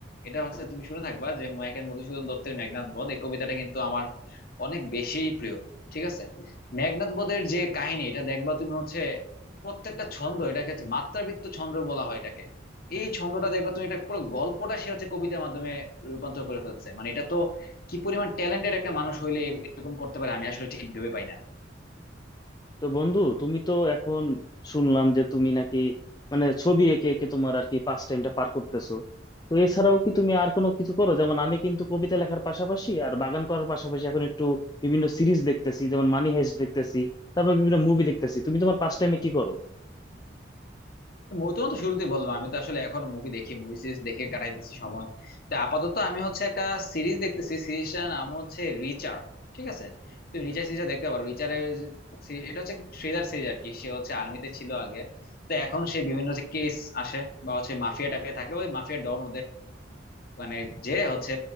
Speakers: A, on the left (about 55°); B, on the left (about 20°).
A: এটা হচ্ছে তুমি শুনে থাকবা যে মাইকেল মধুসূদন দত্তের মেঘনাদ বধ এই কবিতাটা কিন্তু আমার অনেক বেশি প্রিয় ঠিক আছে মেঘনাদ বধের যে কাহিনী এটা দেখবা তুমি হচ্ছে প্রত্যেকটা ছন্দ এটাকে হচ্ছে মাত্রাবৃত্ত ছন্দ বলা হয় এটাকে এই ছন্দটা দেখবা তুমি এটা পুরো গল্পটা সে হচ্ছে কবিতার মাধ্যমে রূপান্তর করে ফেলছে মানে এটা তো কি পরিমাণ ট্যালেন্টেড একটা মানুষ হইলে এরকম করতে পারে আমি আসলে ঠিক ভেবে পাই না
B: তো বন্ধু তুমি তো এখন শুনলাম যে তুমি নাকি মানে ছবি এঁকে এঁকে তোমার আর কি পাস টাইমটা পার করতেছো তো এছাড়াও কি তুমি আর কোনো কিছু করো যেমন আমি কিন্তু কবিতা লেখার পাশাপাশি আর বাগান করার পাশাপাশি এখন একটু বিভিন্ন সিরিজ দেখতেছি যেমন মানি হাইস্ট দেখতেছি তারপর বিভিন্ন মুভি দেখতেছি তুমি তোমার পাস টাইমে কি করো
A: মু- তোমার তো শুরুতেই বললাম আমি তো আসলে এখনো মুভি দেখি মুভি সিরিজ দেখে কাটাইতেছি সময় তো আপাতত আমি হচ্ছে একটা সিরিজ দেখতেছি সিরিজটার নাম হচ্ছে রিচার ঠিক আছে তুমি রিচার সিরিজটা দেখতে পারো রিচারের সিরিজ এটা হচ্ছে থ্রিলার সিরিজ আর কি সে হচ্ছে আর্মিতে ছিল আগে তো এখন সে বিভিন্ন হচ্ছে কেস আসে বা হচ্ছে মাফিয়া টাফিয়া থাকে ওই মাফিয়া ডন মানে যে হচ্ছে